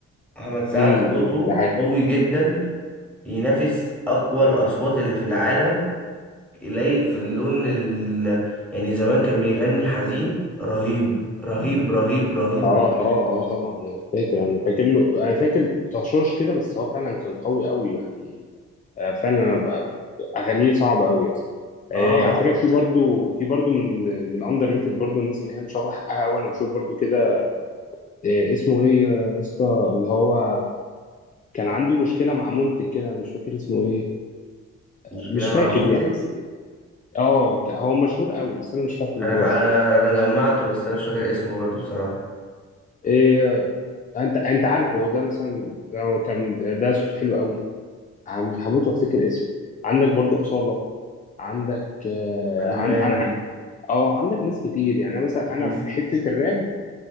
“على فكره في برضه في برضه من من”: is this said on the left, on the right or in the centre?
Left